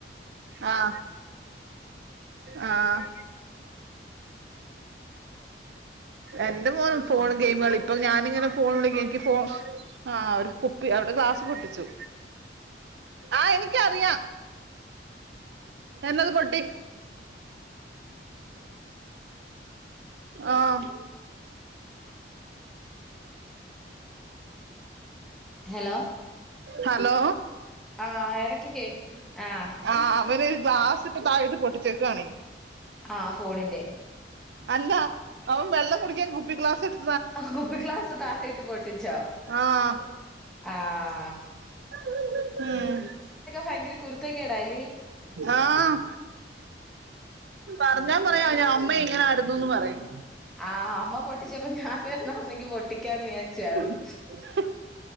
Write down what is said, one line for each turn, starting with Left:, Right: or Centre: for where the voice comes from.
Right: ആഹ് ആഹ് എന്റെ മോനും ഫോണി ഗെയിമുകളി ഇപ്പൊ ഞാനിങ്ങനെ ഫോൺ വിളിക്ക എനിക്ക് ഫോൺ ആഹ് ഒരു കുപ്പി അവിടെ ഗ്ലാസ് പൊട്ടിച്ചു ആഹ് എനിക്കറിയാം എന്നത് പൊട്ടി ആഹ്
Centre: ഹലോ
Right: ഹലോ
Centre: ആഹ് എടക്ക് കേക്ക് ആഹ്
Right: ആഹ് അവന് ഒരു ഗ്ലാസ് ഇപ്പ താഴട്ട് പൊട്ടിച്ചേക്കുവാണേ
Centre: ആഹ് ഫോണിന്റെ
Right: അല്ല അവൻ വെള്ളം കുടിക്കാൻ കുപ്പി ഗ്ലാസ് എടു
Centre: കുപ്പി ഗ്ലാസ് താഴെയിട്ട് പൊട്ടിച്ചോ
Right: ആഹ്
Centre: ആഹ്
Right: ഉം
Centre: ഭയങ്കര കുരുത്തക്കേടാല്ലേ
Right: ആഹ് പറഞ്ഞാ പറയും ഞാ അമ്മ ഇങ്ങനെ ആയിരുന്നുന്ന് പറയും
Centre: ആ അമ്മ പൊട്ടിച്ചപ്പോ ഞാനും എന്നാ ഒന്നെങ്കി പൊട്ടിക്കാന്ന് വിചാരിച്ചു കാണും
Right: <unintelligible>